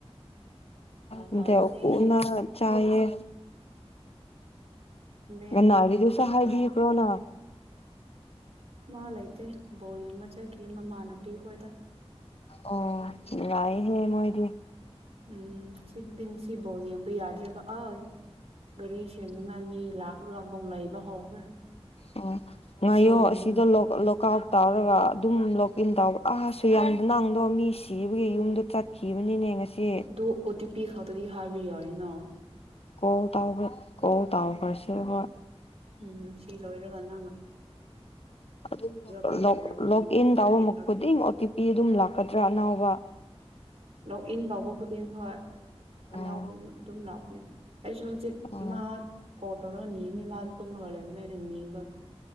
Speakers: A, on the right; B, on the left.
A: ꯎꯝ ꯑꯣ
B: ꯀꯗ
A: ꯍꯥꯎꯕꯅꯦ
B: ꯎꯅ <inaudible> <unintelligible> ꯇꯌꯦ
A: ꯈꯥꯃꯦꯟ
B: ꯅꯒꯤꯁꯇꯁꯨ ꯍꯥꯏꯕꯤꯌꯨ ꯊꯣꯅ
A: ꯃꯥꯥꯏ ꯑꯗꯨ <inaudible> <unintelligible> ꯕꯣꯜ ꯌꯦꯡꯕ ꯆꯠꯈꯤ ꯃꯃꯥꯟꯅꯕꯤ ꯍꯣꯏꯗ
B: ꯑꯣ ꯅꯨꯪꯉꯥꯏꯌꯦꯍꯦ ꯃꯣꯏꯗꯤ
A: ꯎꯝ ꯁꯤꯗꯗꯤ ꯉꯁꯤ ꯐꯕꯥꯎ ꯌꯦꯡꯕ ꯌꯥꯗ꯭ꯔꯦꯕ ꯑꯩ ꯒꯥꯔꯤ ꯁꯦꯝꯅꯤꯡꯉꯥꯏ ꯃꯤ ꯂꯥꯛꯂꯒ ꯑꯃꯨꯧ ꯂꯩꯕ ꯍꯧꯈ꯭ꯔꯦ
B: ꯑꯣ ꯉꯌꯣ
A: ꯁꯥꯎꯅꯤꯡꯕꯅ
B: ꯑꯩ ꯁꯤꯗ ꯂꯣꯀ ꯂꯣꯀꯥꯛ ꯇꯧꯔꯒ ꯑꯗꯨꯝ ꯂꯣꯛ ꯏꯟ ꯇꯥꯎꯔ ꯑꯁ ꯁꯨ ꯌꯥꯝꯗꯨ ꯅꯡꯗꯣ ꯃꯤ ꯁꯤꯕꯒꯤ ꯌꯨꯝꯗꯣ ꯆꯠꯈꯤꯕꯅꯤꯅꯦ ꯉꯁꯤ
A: ꯑꯗꯨ ꯑꯣ ꯇꯤ ꯄꯤ ꯈꯛꯇꯗꯤ ꯍꯥꯏꯕ ꯌꯥꯏꯅ
B: ꯀꯣꯜ ꯇꯕꯗ ꯀꯣꯜ ꯇꯥꯎꯈ꯭ꯔꯁꯦ ꯍꯣꯏ
A: ꯎꯝ ꯁꯤ ꯂꯣꯏꯔꯒꯥꯟꯗ
B: ꯑꯗꯨꯝ
A: ꯀꯣꯜ ꯇꯧꯔꯒ
B: ꯂꯣꯛ
A: ꯍꯪꯉꯣ
B: ꯏꯟ
A: ꯑꯣ
B: ꯇꯥꯎꯕ
A: ꯇꯤ ꯄꯤ ꯈꯛꯇꯤ
B: ꯈꯨꯗꯤꯡ ꯑꯣ ꯇꯤ ꯄꯤ ꯑꯗꯨꯝ ꯂꯥꯛꯀꯗ꯭ꯔꯥ ꯑꯅꯥꯎꯕ
A: ꯂꯣꯛ ꯏꯟ ꯇꯧꯕ ꯈꯨꯗꯤꯡ ꯍꯣꯏ ꯑꯅꯥꯎꯕ
B: ꯑꯣ
A: ꯑꯗꯨꯝ ꯂꯥꯛꯄꯅꯦ ꯑꯩꯁꯨ ꯍꯧꯖꯤꯛ
B: ꯑꯣ
A: ꯏꯃꯥ ꯀꯣꯜ ꯇꯧꯔꯒ ꯅꯤꯕꯅꯤ ꯏꯃꯥꯗꯣ ꯇꯨꯝꯂꯒ ꯂꯩꯔꯝꯅꯤ ꯑꯩꯅ ꯅꯤꯕ